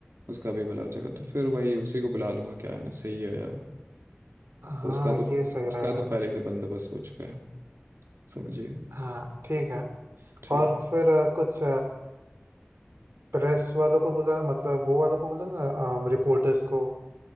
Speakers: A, on the right; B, on the right.
A: उसका भी भला हो जाएगा तो फिर वही उसी को बुला लूंगा क्या है ना सही है यार
B: हाँ
A: तो उसका तो
B: ये सही
A: उसका
B: रहेगा
A: तो पहले ही से बंदोबस्त हो चुका है समझिए
B: हाँ ठीक है
A: ठीक
B: और
A: है
B: फिर आ, कुछ प्रेस वालों को बुला मतलब वो वालों को बुला ना रिपोर्टर्स को